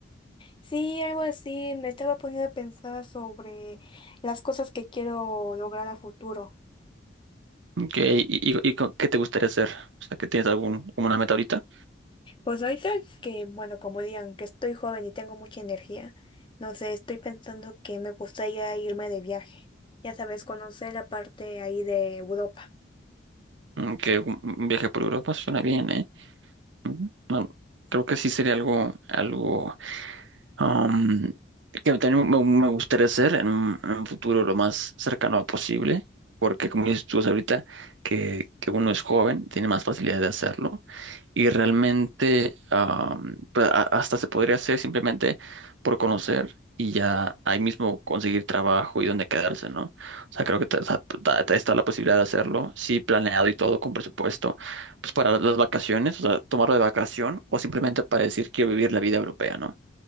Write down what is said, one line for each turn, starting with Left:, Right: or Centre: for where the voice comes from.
Left: Sí, algo así, me estaba poniendo a pensar sobre las cosas que quiero lograr a futuro.
Right: Ok, ¿Y, y, y co- qué te gustaría hacer? O sea, que tienes algún, como una meta ahorita,
Left: Pues ahorita que, bueno, como digan, que estoy joven y tengo mucha energía, no sé, estoy pensando que me gustaría irme de viaje, ya sabes, conocer la parte ahí de Europa.
Right: Mm, que un, un viaje por Europa suena bien, ¿eh? Ujú. No, creo que sí sería algo, algo um, que también me, me gustaría hacer en un, en un futuro lo más cercano posible, porque como dices tú ahorita, que, que uno es joven, tiene más facilidad de hacerlo, y realmente um, pues, a- hasta se podría hacer simplemente por conocer y ya ahí mismo conseguir trabajo y dónde quedarse, ¿no? O sea, creo que ta- ta- ta- ta- está la posibilidad de hacerlo, sí, planeado y todo con presupuesto, pues para las vacaciones, o sea, tomarlo de vacación o simplemente para decir quiero vivir la vida europea, ¿no?